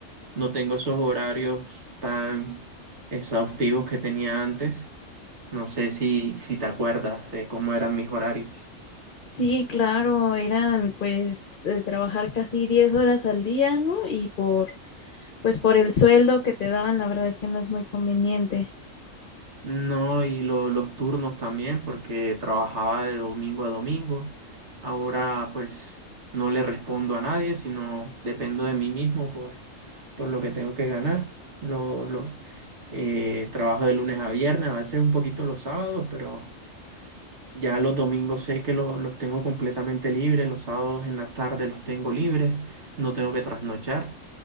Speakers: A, on the right; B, on the left.
A: No tengo esos horarios tan exhaustivos que tenía antes. No sé si, si te acuerdas de cómo eran mis horarios.
B: Sí, claro, eran pues eh, trabajar casi 10 horas al día, ¿no? Y por pues por el sueldo que te daban, la verdad es que no es muy conveniente.
A: No, y lo- los turnos también, porque trabajaba de domingo a domingo. Ahora pues no le respondo a nadie, sino dependo de mí mismo por, por lo que tengo que ganar. Lo, lo, eh, trabajo de lunes a viernes, a veces un poquito los sábados, pero ya los domingos sé que lo- los tengo completamente libres, los sábados en la tarde los tengo libres, no tengo que trasnochar.